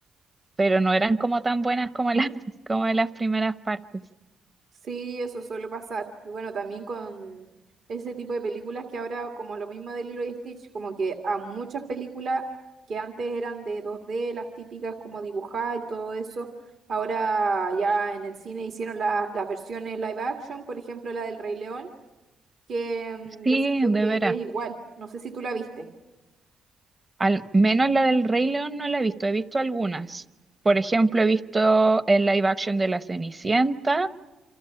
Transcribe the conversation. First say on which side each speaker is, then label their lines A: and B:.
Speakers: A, on the right (about 20°); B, on the right (about 55°).
A: pero no eran como tan buenas como las <laughs> como de las primeras partes.
B: Sí, eso suele pasar. Y bueno, también con ese tipo de películas que ahora, como lo mismo de Lilo y Stitch, como que a muchas películas que antes eran de dos d las típicas como dibujadas y todo eso, ahora ya en el cine hicieron la- las versiones live action, por ejemplo la del Rey León, que
A: Sí,
B: mm, yo siento
A: de
B: que
A: veras.
B: es igual. No sé si tú la viste,
A: Al menos la del Rey León no la he visto, he visto algunas. Por ejemplo, he visto el live action de La Cenicienta,